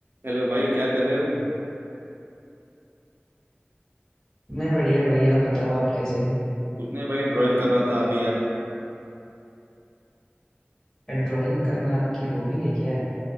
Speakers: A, on the right; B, on the left.
A: हेलो भाई क्या कर रहे हो
B: मैं बढ़िया भाई आप बताओ आप कैसे हो
A: कुछ नहीं भाई ड्राइंग कर रहा था अभी यार
B: ड्राइंग करना आपकी हॉबी है क्या